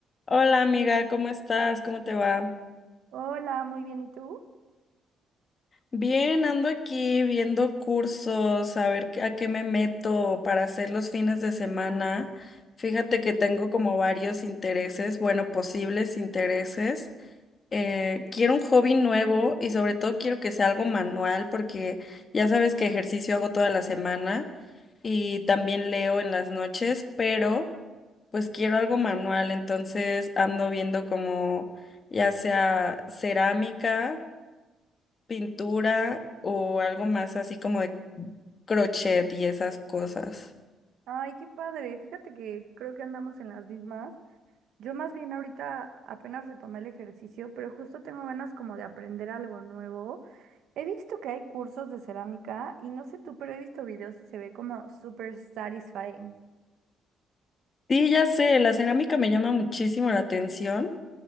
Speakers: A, on the left (about 40°); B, on the right (about 75°).
A: Hola amiga, ¿cómo estás? ¿Cómo te va?
B: Hola, muy bien, ¿y tú?
A: Bien, ando aquí viendo cursos, a ver qué- a qué me meto para hacer los fines de semana. Fíjate que tengo como varios intereses, bueno, posibles intereses. Eh, quiero un hobby nuevo y sobre todo quiero que sea algo manual porque ya sabes que ejercicio hago toda la semana, y también leo en las noches, pero pues quiero algo manual, entonces ando viendo como ya sea cerámica, pintura o algo más así como de crochet y esas cosas.
B: Ay, qué padre. Fíjate que creo que andamos en las mismas. Yo más bien ahorita apenas retomé el ejercicio, pero justo tengo ganas como de aprender algo nuevo. He visto que hay cursos de cerámica y no sé tú, pero he visto videos y se ve como súper satisfying.
A: Sí, ya sé, la cerámica me llama muchísimo la atención.